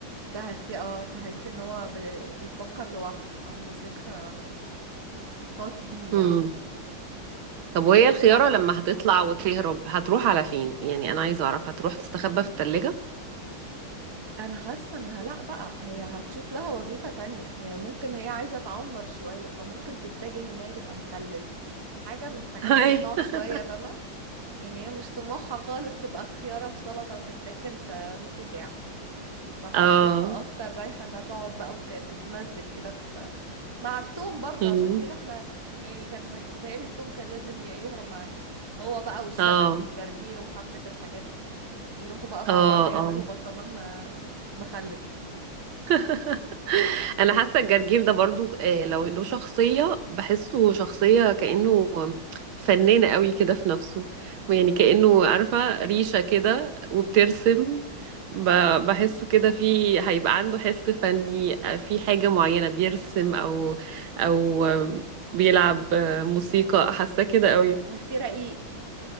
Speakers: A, on the right (about 20°); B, on the right (about 80°).
A: تحسي اه تحسي ان هو بي- بيفكر لوحده عنده فكرة خاص بيه
B: مم.
A: يعني
B: طب وهي الخيارة
A: لا
B: لما هتطلع وتهرب هتروح على فين؟ يعني أنا عايزة أعرف هتروح تستخبى في التلاجة؟
A: انا حاسة انها لا بقى هي هتشوف لها وظيفة تانية يعني ممكن هي عايزة تعمر شوية فممكن تتجه ان هي تبقى مخلل حاجة من الحاجات
B: <laughs> أيوة.
A: اللي بتقعد شوية فاهمة يعني هي مش طموحها خالص تبقى خيارة في سلطة وتتاكل في نص ساعة فحسيتها
B: اه
A: اكتر رايحة انها تقعد بقى وكانت تتمزج كده في مع التوم برضه
B: مم.
A: عشان كده احنا يعني كان مت- متهيألي التوم كان لازم ي- يهرب معاه هو بقى والشبت
B: اه
A: والجرجير وحبة الحاجات دي يروحوا بقى
B: اه
A: مع بعض يعملوا
B: اه
A: برطمان ما مخلل
B: <laughs> انا حاسه الجرجير ده برضو آه، لو له شخصيه بحسه شخصيه كانه فنان قوي كده في نفسه يعني كانه عارفه ريشه كده وبترسم ب-
A: امم
B: بحسه كده في هيبقى عنده حس فني آه، في حاجه معينه بيرسم او او آه، بيلعب آه، موسيقى حاسه كده قوي
A: هتحسيه رقيق